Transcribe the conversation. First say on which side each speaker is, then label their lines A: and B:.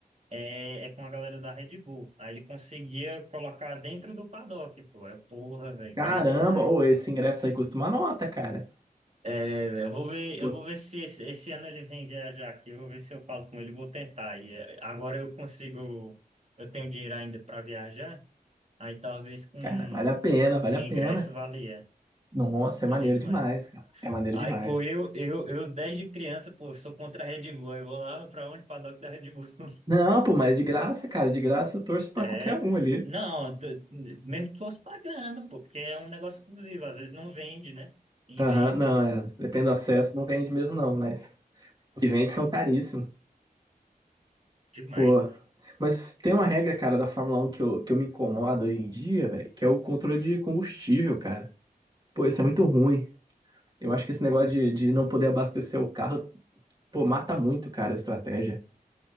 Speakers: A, on the right; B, on the right.
A: é, é com a galera da Red Bull. Aí ele conseguia colocar dentro do paddock, pô. Eu, porra, velho,
B: caramba,
A: queria demais.
B: ou esse ingresso aí custa uma nota, cara.
A: É, velho, eu vou ver,
B: Tipo,
A: eu vou ver se esse, esse ano ele vem viajar aqui. Eu vou ver se eu falo com ele, vou tentar. E é, agora eu consigo, eu tenho dinheiro ainda para viajar. Aí talvez com
B: cara, vale a pena, vale
A: um
B: a
A: ingresso
B: pena.
A: valia.
B: Nossa,
A: Queria
B: é maneiro
A: demais.
B: demais, cara. É maneiro
A: Aí,
B: demais.
A: pô, eu, eu, eu desde criança, pô, sou contra a Red Bull. Eu vou lá pra onde? Paddock da Red Bull. <laughs>
B: Não, pô, mas de graça, cara, de graça eu torço pra
A: É,
B: qualquer um
A: pô.
B: ali.
A: Não, t- mesmo que fosse pagando, pô, porque é um negócio exclusivo. Às vezes não vende, né? E
B: Aham,
A: vende
B: não, é. Depende do acesso, não vende mesmo, não, mas os que vende são caríssimos.
A: demais.
B: Pô. Mas tem uma regra, cara, da Fórmula Um que eu, que eu me incomodo hoje em dia, velho, que é o controle de combustível, cara. Pô, isso é muito ruim. Eu acho que esse negócio de, de não poder abastecer o carro, pô, mata muito, cara, a estratégia.